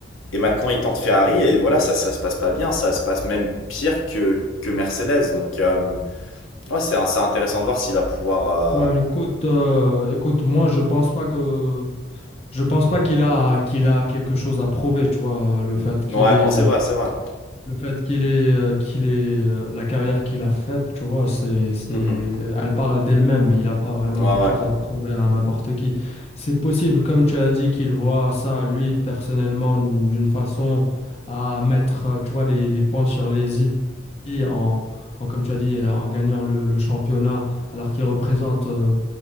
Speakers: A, on the left; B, on the left.
A: Et maintenant, il tente Ferrari et voilà, ça, ça se passe pas bien. Ça se passe même pire que, que Mercedes. Donc, euh, ouais, c'est c'est intéressant de voir s'il va pouvoir. euh,
B: Ben, écoute, euh, écoute, moi je pense pas que je pense pas qu'il a qu'il a quelque chose à prouver, tu vois, le fait qu'il
A: Non, Ouais,
B: est
A: non, c'est
B: euh,
A: vrai, c'est vrai.
B: Le fait qu'il ait, euh, qu'il ait euh, la carrière qu'il a faite, tu vois, c'est, c'est,
A: Mhm.
B: elle parle d'elle-même. Il n'a pas vraiment
A: Ouais,
B: quelque
A: ouais.
B: chose à prouver à n'importe qui. C'est possible, comme tu as dit, qu'il voit ça, lui, personnellement, d'une façon à mettre, euh, tu vois, les, les points sur les i i en, en, comme tu as dit, euh, en gagnant le, le championnat, alors qu'il représente euh,